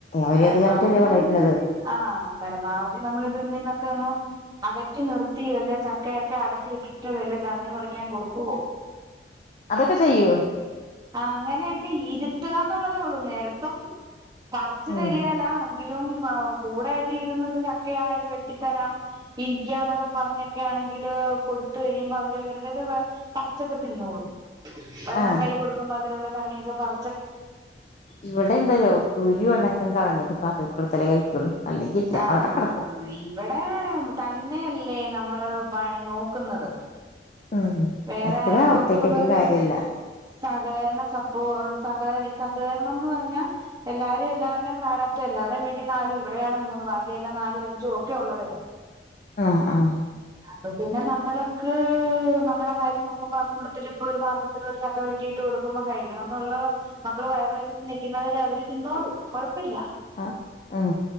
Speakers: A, on the left; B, on the right.
A: അവരത്
B: പരമാവധി
A: കണ്ടിട്ടല്ലേ
B: നമ്മള
A: വളരുന്നത്
B: ഇതിൽ നിന്ന്. ആഹ പരമാവധി നമ്മള ഇതിൽ നിന്നൊക്കെ അങ്ങോ അകറ്റി നിർത്തിയോ അല്ലോ ചക്കയൊക്കെ അട. ട്ടിട്ട് വല്ല ചഗണി പറയ്ക്കാൻ കൊടുക്കുവോ.
A: അതൊക്കെ ചെയ്യോ
B: അങ്ങനെയൊക്കെ ഇരുത്തുക എന്നുള്ളതേ ഉള്ളൂ നേരത്തും പറച്ച്
A: ഉം
B: തരിയേലാ. എങ്കിലും കൂടെക്കെ ഇരന്നു ചക്ക ആയത് വെട്ടിത്തരാം ഇരിക്ക എന്നൊക്കെ. പറഞ്ഞൊക്കെ ആണെങ്കില് കൊടുത്ത കഴിയുമ്പോ അവരവരുടേത് പറച്ചൊക്കെ തിന്നുള്ളൂ. ഒരെണ്ണം
A: ആഹ്
B: കൈ കൊടുക്കുമ്പോ അതിലുള്ള ചവിണിയൊക്കെ പറ.
A: ഇവിടെ ഇണ്ടല്ലോ കുരു അടക്കം കളഞ്ഞിട്ട് പാത്ര ത്തില് കൊടുത്താലേ കഴിക്കുള്ളൂ. അല്ലെങ്കിൽ ഇല്ല
B: ആഹ്
A: അവിടെ കിടക്കും
B: ഇവിടെ തന്നെയല്ലേ നമ്മള് പണി നോക്കുന്നത്..
A: ഉം.
B: വേറെ
A: അത്ര
B: ആരും പൊറത്തു
A: ഒറ്റക്കെട്ടും
B: നിന്നരു.
A: കാര്യല്ല
B: സഹകരണ സപ്പോ സഹ സഹകരണംന്ന് പറഞ്ഞാ. എല്ലാരും എല്ലാരുടെേയും പ്രാരാപ്തം എല്ലാവരുടെയും വീട്ടടി നാലും ഇവിടെയാണ് മൂന്ന് ബാക്കി എല്ലാം നാലും അഞ്ചും ഒക്കെ ഉള്ളവരാ.
A: ആഹ് ആഹ്
B: അപ്പൊ പിന്നെ നമ്മളക്ക് നമ.. കാര്യ നോക്കുമ്പോ ആ കൂട്ടത്തില ഇപ്പൊ ഒരു പാത്രത്തിലോടെ ചക്ക വെട്ടിട്ട് കൊടുക്കുമോ കഴിക്കണം എന്നുള്ളവർ. മക്കള് വയറ വേന്ച്ച നിക്ക. ക്കുന്നവരെ അവര് തിന്നോളും കൊഴപ്പല്ല
A: ആഹ് ഉം